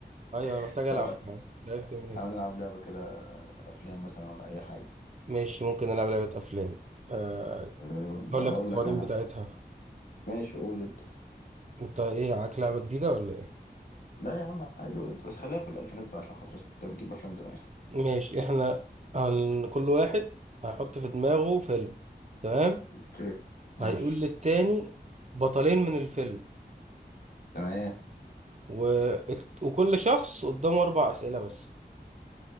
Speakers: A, on the right; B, on the left.
A: ايوه
B: <laughs>
A: انا محتاج العب
B: ف
A: لعبت منين
B: تعالى نلعب لعبه كده افلام مثلا ولا اي حاجه
A: ماشي ممكن العب لعبه افلام آه
B: أه،
A: اقول
B: اقول
A: لك القوانين
B: لك انا
A: بتاعتها
B: ماشي قول انت
A: انت ايه معاك لعبه جديده ولا ايه
B: لا يا عم عادي قول انت بس خليها في الالفينات بقى عشان خاطر انت بتجيب افلام زمان
A: ماشي احنا هن... كل واحد هيحط في دماغه فيلم تمام
B: اوكي ماشي
A: هيقول للتاني بطلين من الفيلم
B: تمام
A: و... وكل شخص قدامه اربع اسئله بس